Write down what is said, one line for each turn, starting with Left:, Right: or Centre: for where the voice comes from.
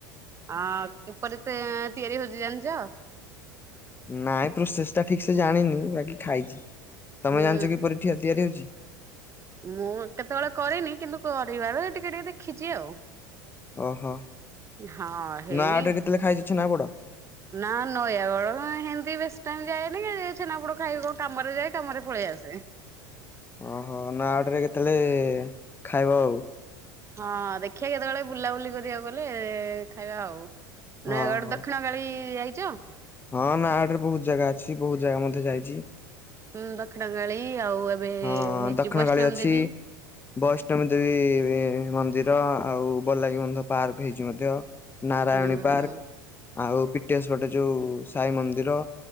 Right: ହଁ, କିପରି ସେ ତିଆରି ହଉଛି ଜାଣିଛ?
Left: ନାଇଁ ପ୍ରୋସେସଟା ଠିକ ସେ ଜାଣିନି ବାକି ଖାଇଛି। ତମେ
Right: ହୁଁ
Left: ଜାଣିଛ କି ପରି ଠିଆ ତିଆରି ହଉଛି?
Right: ମୁଁ କେତେବେଳେ କରିନି କିନ୍ତୁ କରିବାର ଟିକେ ଟିକେ ଦେଖିଛି ଆଉ?
Left: ଓହୋ!
Right: ହଁ ହେଇ
Left: ନୟାଗଡରେ କେତେଲେ ଖାଇଛ ଛେନାପୋଡ଼?
Right: ନା, ନୟାଗଡ ହେମତି ବି ବେସି ଟାଇମ ଯାଏନି ଛେନାପୋଡ ଖାଇବି କ କାମରେ ଯାଏ କାମରେ ପଳେଇ ଆସେ।
Left: ଓହୋ! ନୟାଗଡରେ କେତେବେଳେ ଖାଇବ ଆଉ?
Right: ହଁ, ଦେଖିବା କେତେବେଳେ ବୁଲାବୁଲି କରିବାକୁ ଗଲେ ଖାଇବା ଆଉ।
Left: ହଁ
Right: ନୟାଗଡ
Left: ହଁ
Right: ଦକ୍ଷିଣ- କାଳୀ ଯାଇଛ।
Left: ହଁ, ନୟାଗଡରେ ବହୁତ ଜାଗା ଅଛି ବହୁତ ଜାଗା ମଧ୍ୟ ଯାଇଛି।
Right: ହୁଁ, ଦକ୍ଷିଣକାଳୀ, ଆଉ ଏବେ
Left: ହଁ
Right: ହେଇଛି
Left: ଦକ୍ଷିଣ
Right: ବୈଷ୍ଣବ
Left: କାଳୀ ଅଛି
Right: ଦେବୀ।
Left: ବୈଷ୍ଣବୀ ଦେବୀ ମନ୍ଦିର, ଆଉ ବଲାଗୀ ବନ୍ଧ ପାର୍କ ହେଇଛି ମଧ୍ୟ। ନାରାୟଣୀ
Right: ହୁଁ
Left: ପାର୍କ, ଆଉ ପିଟିଏସ୍ପଟେ ଯେଉଁ ସାଇ ମନ୍ଦିର,